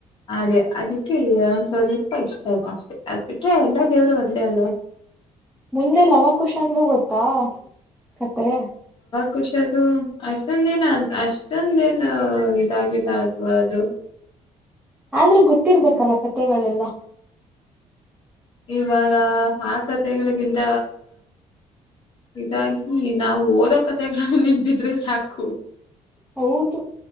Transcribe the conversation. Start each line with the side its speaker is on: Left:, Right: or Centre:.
Left: ಹಾಗೆ ಅದಕ್ಕೆ ಒಂದ ಸ್ವಲ್ಪ ಇಷ್ಟ ಇಲ್ಲ ಅಷ್ಟೆ ಅದ್ ಬಿಿಟ್ರೆ ಎಲ್ಲಾ ದೇವರು ಒಂದೇ ಅಲ್ವಾ
Centre: ಮುಂದೆ ಲವಖುಷಂದು ಗೊತ್ತಾ ಕತೆ
Left: ಖುಷ ಅದು ಅಷ್ಟೊಂದ ದಿನ ಅ ಅಷ್ಟೊಂದ ದಿನ ಇದಾಗಿಲ್ಲ ಅದು
Centre: ಆದ್ರೂ ಗೊತ್ತಿರ್ಬೇಕಲ್ಲ ಕತೆಗಳೆಲ್ಲ
Left: ಇವಾಗ ಆ ಕತೆಗಳಿಗಿಂತ ಹ ಇದಾಗಿ ನಾವು ಓದೋಕಥಂಗ ನಿನ್ಬಿದ್ರೆ ಸಾಕು
Centre: ಹೌದು